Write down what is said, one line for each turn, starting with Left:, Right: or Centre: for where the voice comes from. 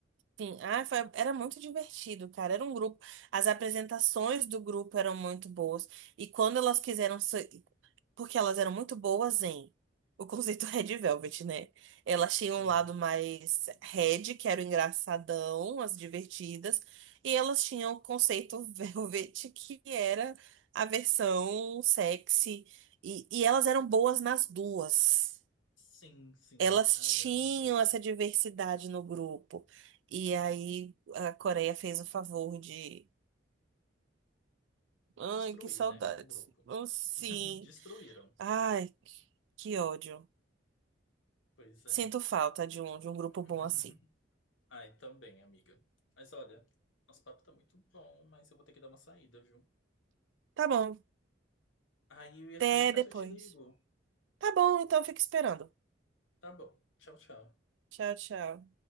Right: Sim, ah, foi, era muito divertido, cara. Era um grupo. As apresentações do grupo eram muito boas. E quando elas quiseram. se- Porque elas eram muito boas em. O conceito <laughs> Red Velvet, né? Elas tinham
Left: Sim,
Right: um lado mais Red, que era o engraçadão, as divertidas. E elas tinham o conceito <laughs> Velvet, que era a versão sexy. E, e elas eram boas nas duas.
Left: sim, sim.
Right: elas
Left: Ai,
Right: tinham
Left: era muito bom.
Right: essa diversidade no grupo. E aí a Coreia fez o favor de. Ai,
Left: Destruir,
Right: que saudades.
Left: né? O grupo.
Right: Oh,
Left: <laughs>
Right: sim.
Left: Destruíram.
Right: Ai, que ódio.
Left: Pois é.
Right: Sinto falta de um, de um grupo
Left: <laughs>
Right: bom assim.
Left: Ai, também, amiga. Mas olha, nosso papo tá muito bom, mas eu vou ter que dar uma saída, viu?
Right: Tá bom.
Left: Aí, assim,
Right: Até
Left: mais tarde
Right: depois.
Left: eu te ligo.
Right: Tá bom, então fica esperando.
Left: Tá bom. Tchau, tchau.
Right: Tchau, tchau.